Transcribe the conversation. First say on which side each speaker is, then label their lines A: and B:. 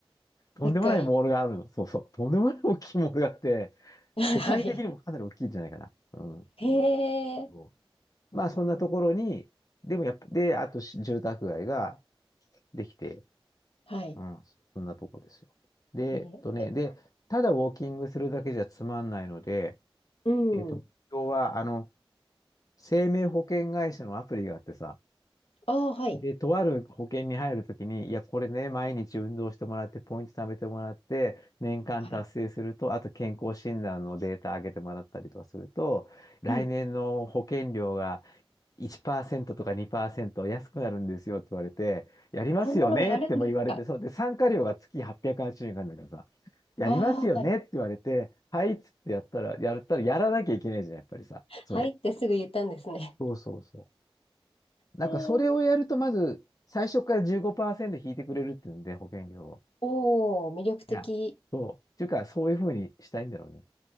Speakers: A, on the left; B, on the left.
A: とんでもないモールがあるの。
B: でっかい。
A: そうそう。とんでもない大きいモールがあって、
B: <laughs> はい。
A: 世界的にもかなり大きいんじゃないかな。うん。
B: へえ。
A: そう
B: うんうん。
A: まあ、そんなところに、でもやっぱ、で、あとし住宅街ができて、
B: はい。
A: うん、そんなとこですよ。で、
B: えー
A: えっとね、で、ただウォーキングするだけじゃつまんないので、
B: うん。
A: えっと、今日は、あの、生命保険会社のアプリがあってさ、
B: ああ、はい。
A: で、とある保険に入るときに、いや、これね、毎日運動してもらって、ポイント貯めてもらって、年間達成すると、
B: はい。
A: あと健康診断のデータ上げてもらったりとかすると、来年の保険料が
B: うん。
A: 1%とか2%安くなるんですよって言われて、やりますよねっても言われて、
B: そんなのがあるんですか。
A: そうで、参加料が月880円なんだけどさ、やりますよねって言われて、
B: ああ、はい。
A: はいっつってやったら、やったらやらなきゃいけないじゃん、やっぱりさ、それ。
B: はいってすぐ言ったんですね。
A: そうそうそう。なんかそれをやると、
B: えー、
A: まず最初から15%引いてくれるっていうんで、保険料を。
B: おお、魅力的。
A: いや、そう。っていうか、そういうふうにしたいんだろうね。